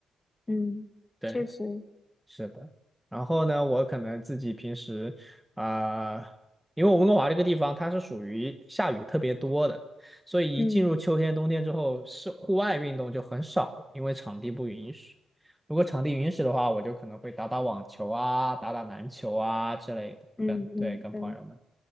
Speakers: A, on the left; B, in the centre.
A: 嗯，
B: 对。
A: 确实，
B: 是的，然后呢，我可能自己平时啊、呃因为我温哥华这个地方它是属于下雨特别多的，所以一进入秋天、
A: 嗯
B: 冬天之后，是户外运动就很少了，因为场地不允许。如果场地允许的话，我就可能会打打网球啊、打打篮球啊之类的，
A: 嗯嗯，
B: 跟对跟朋友们。
A: 嗯。